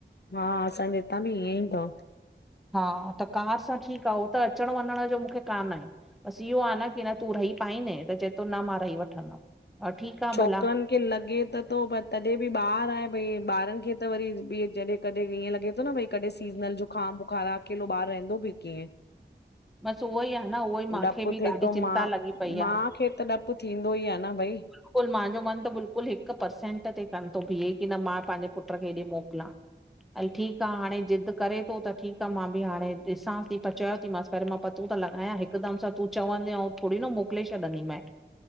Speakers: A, on the left (about 60°); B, in the centre.
A: हा असांजे हितां बि ईअं ई तव।
B: हा त कार सां ठीकु आ उहो त अचण वञण जो मूंखे कान आहे बसि इहो आहे न की न तूं रही पादें त चव थो न मां रही वठंदमि। हा ठीकु आ
A: छोकरनि
B: भला
A: खे लॻे त थो पर तॾहिं बि ॿार आहे भई ॿारनि खे त वरी ॿ जॾहिं कॾहिं ईअं लॻे थो न भई कॾहिं सीज़नल जुखाम, बुखार अकेलो ॿार रहंदो बि कीअं?
B: <inaudible> बसि उहो ई आ न उहो ई मूंखे
A: डपु
B: बि
A: थिए
B: ॾाढी
A: थो
B: चिंता
A: मां
B: लॻी पई
A: माउ
B: आ
A: खे त डपु थींदो ई आहे न भई
B: बिल्कुल मुंहिंजो मन त बिल्कुलु हिकु परसेंट ते कनि थो बीहे की न मां पंहिंजे पुट खे हेॾे मोकिलां। हल ठीकु आहे हाणे ज़िद करे थो त ठीकु आहे मां बि हाणे ॾिसां थी पर चयो थी मसि पर मां पतो त लॻाया हिकदमि सां तूं चवंदे अउं थोरी न मोकिले छॾंदी मैं